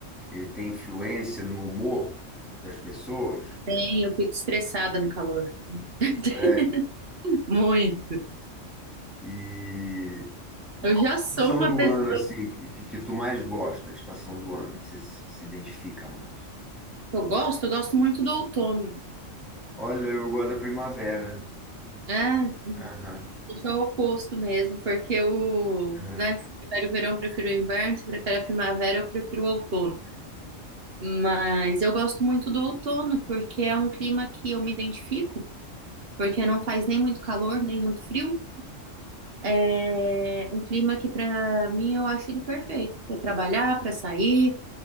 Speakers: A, in the centre; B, on the right (about 50°).
A: ele tem influência no humor das pessoas.
B: Bem, eu fico estressada no calor. <laughs>
A: né?
B: Muito.
A: E, e
B: Eu
A: qual
B: já
A: a
B: sou
A: estação
B: uma
A: do
B: pessoa
A: ano assim que, que tu mais gosta, a estação do ano que você se se identifica mais?
B: Eu gosto, eu gosto muito do outono.
A: Olha, eu gosto da primavera.
B: É,
A: Aham.
B: isso é o oposto mesmo, porque o,
A: é.
B: né, se prefere o verão, eu prefiro o inverno, se prefere a primavera, eu prefiro o outono. Mas eu gosto muito do outono, porque é um clima que eu me identifico, porque não faz nem muito calor, nem muito frio. É um clima que para mim eu acho ele perfeito para trabalhar, para sair,